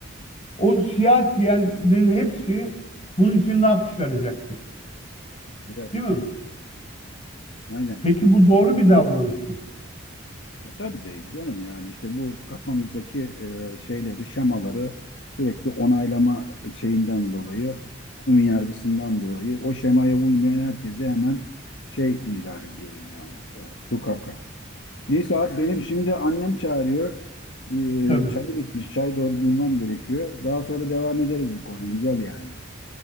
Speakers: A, on the left; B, on the left.
A: O siyah giyenlerin hepsi bunun için laf çıkaracaktır.
B: evet,
A: Değil mi?
B: aynen.
A: Peki bu doğru bir davranış mı?
B: Ya tabii değil canım yani işte bu kafamızdaki e, şeyleri, şemaları sürekli onaylama şeyinden dolayı, ön yargısından dolayı o şemaya uymayan herkese hemen şey ilan ediyoruz yani. E, tukaka. Neyse abi benim şimdi annem çağırıyor.
A: Tabii.
B: E, çayı bitmiş. Çay doldurmam gerekiyor. Daha sonra devam ederiz bu konu. Güzel yani.